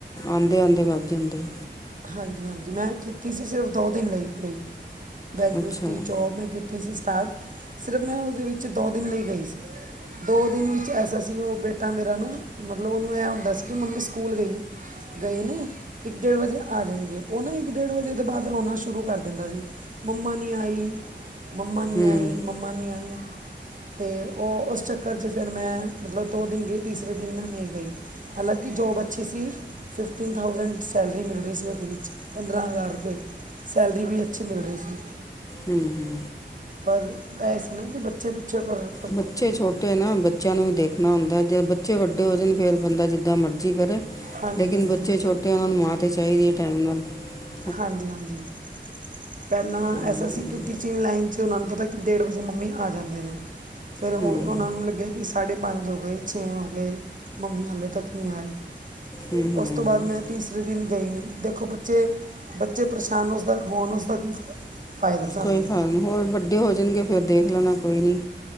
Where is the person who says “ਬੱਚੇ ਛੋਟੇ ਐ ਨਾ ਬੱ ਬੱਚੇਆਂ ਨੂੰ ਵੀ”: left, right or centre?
Left